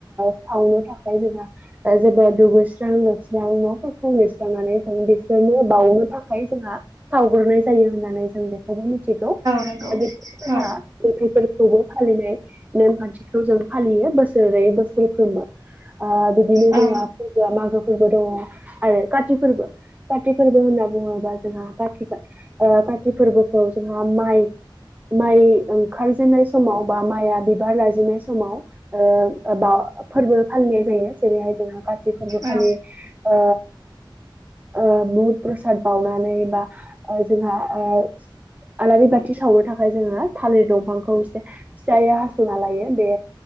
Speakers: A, on the right; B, on the right.
A: सावनो थाखाय जोंहा जोबोद दुगैस्रां लोबसां स्रां न'फोरखौ लिरस्रांनानै जों बिसोरनो बानो थाखाय जोंहा सावग्रनाय जायो होननानै जों बेखौबो मिथिगौ
B: नंगौ
A: बे जोंहा
B: औ
A: मथायफोरखौबो फालिनाय नेमखान्थिखौ जों फालियो बोसोरै बोसोरफ्रोमबो बिदिनो
B: औ
A: जों फोरबोआ मागो फोरबो दङ आरो काति फोरबो काति फोरबो होनना बुङोबा जोंहा ओ काति फोरबोखौ जोंहा माइ माइ ओंखारजेननाय समाव बा माइआ बिबार लाजेननाय समाव बा फोरबो फालिनाय जायो जेरैहाय जोंहा काति फोरबो खालि
B: औ
A: ओ बुहुद प्रसाद बावनानै बा जोंहा ओ आलारि बाथि सावनो थाखाय जोङो थालिर दंफांखौ एसे फिसायै हास'ना लायो बे